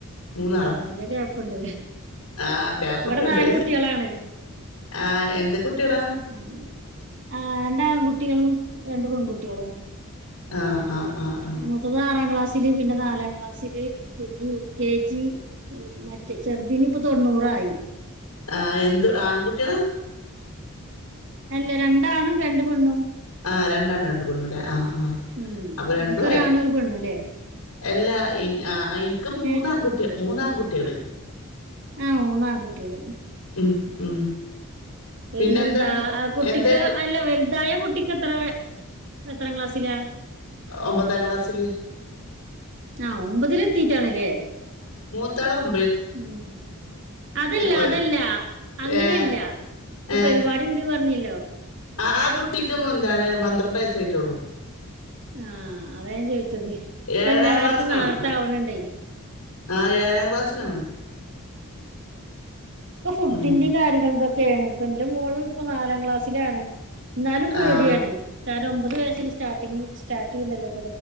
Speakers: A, on the left; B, on the right.
A: മൂന്നാളാ
B: ആഹഹ് നല്ല ഗ്യാപ്പുണ്ട്
A: ആഹ് ഗ്യാപ്പൊക്കെ
B: ഇവിടെ
A: ഉണ്ട്
B: നാല് കുട്ടികളാണ്
A: ആഹ് എന്ത് കുട്ടികളാ
B: ഉം ആ രണ്ട് ആൺ കുട്ടികളും രണ്ട് പെൺകുട്ടികളും
A: ആഹ് ആഹ് ആഹ് ആഹ്
B: മൂത്തത് ആറാം ക്ലാസ് പിന്നെ നാലാം ക്ലാസില് പിന്നെ യു കെ ജി മറ്റേ ചെറുതിനു ഇപ്പ തൊണ്ണൂർ ആയി
A: ആ എന്ത് ആൺകുട്ടിയളാ
B: അല്ല രണ്ടാണും രണ്ട് പെണ്ണും
A: ആ രണ്ട് ആണും രണ്ട് പെണ്ണൂല്ലേ ആ ആ
B: ഉം
A: അപ്പൊ രണ്ടും
B: നിങ്ങക്കൊരാണും
A: ആയി
B: ഒരു പെണ്ണും അല്ലേ
A: എല്ലാ ഈ ആ എനിക്ക് മൂന്ന്
B: ഏഹ്
A: ആൺ കുട്ടി മൂന്ന് കുട്ടികള്
B: ആഹ് മൂന്ന് ആൺ കുട്ടികൾ
A: ഉം ഉം
B: പിന്നെന്താ
A: പിന്നെ എന്താണ്
B: ആ കുട്ടിക്ക്
A: എന്തായിട്ട്
B: അല്ല വലുതായ കുട്ടിക്ക് എത്ര എത്രാം ക്ലാസ്സിലാ
A: ഒമ്പതാം ക്ലാസ്സില്
B: ആഹ് ഒമ്പതിൽ എത്തിയിട്ടേ ഉള്ളൂ ലെ
A: മൂത്താളും
B: ഉം അതല്ല
A: ഒര്
B: അതല്ല അങ്ങനെയല്ല
A: ഏഹ്
B: ഇപ്പൊ
A: ഏഹ്
B: പരിപാടിയുണ്ടെന്ന് പറഞ്ഞല്ലോ
A: ആ ആ കുട്ടിക്ക് എന്താണ് പന്ത്രണ്ട് വയസ്സ് ആയിട്ടോള്ളു
B: ആഹ് അത ഞാൻ ചോദിച്ചത് ഇപ്പോ
A: ഏഴാം
B: എല്ലാർക്കും
A: ക്ലാസ്സിലാണ്
B: നേരത്തെ ആകുന്നുണ്ട്
A: ആ ഏഴാം ക്ലാസ്സിലാണ്.
B: ആ ഫുഡിന്റെയും
A: ഉം
B: കാര്യങ്ങളൊക്കെ ഒക്കെയാണ് ഇപ്പൊ എന്റെ മോളും ഇപ്പൊ നാലാം ക്ലാസ്സിലാണ്. എന്നാലും പേടിയാണ്
A: ആഹ്
B: കാരണം ഒമ്പത് വയസ്സിൽ സ്റ്റാർട്ടിങ് സ്റ്റാർട്ടിണ്ടല്ല